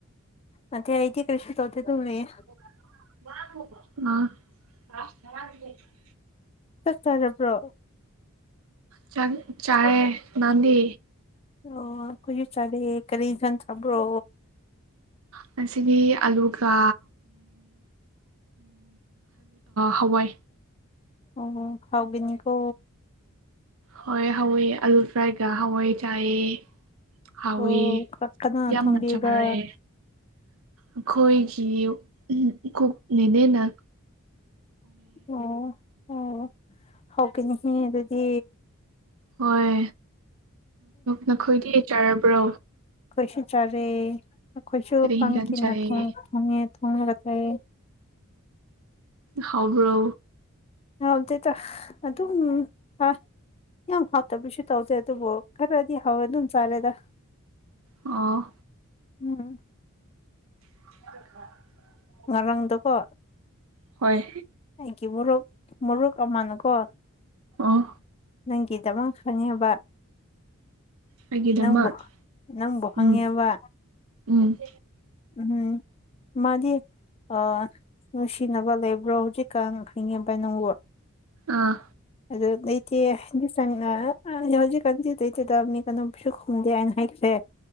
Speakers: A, on the left; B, on the right.
A: ꯅꯠꯇꯦ ꯑꯩꯗꯤ ꯀꯔꯤꯁꯨ ꯇꯧꯗꯦ ꯑꯗꯨꯝ ꯂꯩꯌꯦ
B: ꯑ
A: ꯆꯥꯛ ꯆꯥꯔꯕ꯭ꯔꯣ
B: ꯆ ꯆꯥꯔꯦ ꯅꯪꯗꯤ
A: ꯑꯣ ꯑꯩꯈꯣꯏꯁꯨ ꯆꯥꯔꯦ ꯀꯔꯤ ꯏꯟꯖꯥꯡ ꯆꯥꯕ꯭ꯔꯣ
B: ꯉꯁꯤꯗꯤ ꯑꯂꯨꯒ ꯍꯋꯥꯏ
A: ꯑꯣ ꯍꯥꯎꯕꯤꯅꯤꯀꯣ
B: ꯍꯣꯏ ꯍꯥꯎꯑꯦ ꯑꯂꯨ ꯐ꯭ꯔꯥꯏꯒ ꯍꯋꯥꯏ ꯆꯥꯏꯑꯦ ꯍꯥꯎꯋꯦ
A: ꯑꯣ ꯀꯅꯥꯅ
B: ꯌꯥꯝꯅ
A: ꯊꯣꯡꯕꯤꯕ꯭ꯔꯥ
B: ꯆꯥꯔꯦ ꯑꯈꯣꯏꯒꯤ ꯀꯨꯛꯅꯤꯅꯦ ꯅꯪ
A: ꯑꯣ ꯑꯣ ꯍꯥꯎꯀꯅꯤꯅꯦ ꯑꯗꯨꯗꯤ
B: ꯍꯣꯏ ꯅꯈꯣꯏꯗꯤ ꯆꯥꯔꯕ꯭ꯔꯣ
A: ꯑꯩꯈꯣꯏꯁꯨ ꯆꯥꯔꯦ ꯑꯩꯈꯣꯏꯁꯨ
B: ꯀꯔꯤ
A: ꯄꯝꯀꯤꯟ
B: ꯍꯤꯟꯖꯥꯡ ꯆꯥꯏꯌꯦ
A: ꯊꯣꯡꯉꯦ ꯊꯣꯡꯉꯒ ꯆꯥꯏꯑꯦ
B: ꯍꯥꯎꯕ꯭ꯔꯣ
A: ꯍꯥꯎꯗꯦꯗ ꯑꯗꯨꯝ ꯆꯥꯏ ꯌꯥꯝ ꯍꯥꯎꯇꯕꯁꯨ ꯇꯧꯗꯦ ꯑꯗꯨꯕꯨ ꯈꯔꯗꯤ ꯍꯥꯎꯋꯦ ꯑꯗꯨꯝ ꯆꯥꯔꯦꯗ
B: ꯑꯣ
A: ꯎꯝ
B: <unintelligible>
A: ꯉꯔꯥꯡꯗꯀꯣ
B: ꯍꯣꯏ
A: ꯑꯩꯒꯤ ꯃꯣꯔꯣꯛ ꯃꯣꯔꯣꯛ ꯑꯃꯅꯀꯣ
B: ꯑꯣ
A: ꯅꯪꯒꯤꯗꯃꯛ ꯐꯅꯤꯌꯦꯕ
B: ꯑꯩꯒꯤꯗꯃꯛ
A: ꯅꯪꯕꯨ ꯅꯪꯕꯨ ꯍꯪꯉꯦꯕ
B: ꯎꯝ ꯎꯝ
A: ꯎꯝ <unintelligible> ꯃꯥꯗꯤ ꯑ ꯅꯨꯡꯁꯤꯅꯕ ꯂꯩꯕ꯭ꯔꯣ ꯍꯧꯖꯤꯛꯀꯥꯟ ꯈꯔꯤꯉꯦꯝ ꯏ ꯅꯪꯕꯨ
B: ꯑꯥ
A: ꯑꯗꯨ ꯂꯩꯇꯦ <unintelligible> ꯍꯧꯖꯤ ꯀꯟꯗꯤ <unintelligible> ꯑꯗꯨꯝ ꯐꯤꯔꯨꯝ ꯈꯨꯝꯗꯦ ꯍꯥꯏꯅ ꯍꯥꯏꯈ꯭ꯔꯦ